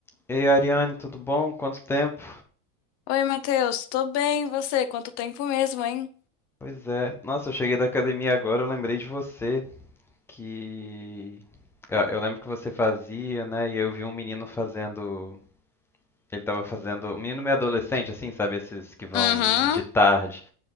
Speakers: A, in the centre; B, on the left (about 35°).
A: Ei, Ariane, tudo bom? Quanto tempo?
B: Oi, Matheus, tô bem, e você? Quanto tempo mesmo, hein?
A: Pois é. Nossa, eu cheguei da academia agora, eu lembrei de você, que eu eu lembro que você fazia, né? E eu vi um menino fazendo, ele tava fazendo, um menino meio adolescente assim, sabe, esses que vão
B: Uhum,
A: de tarde.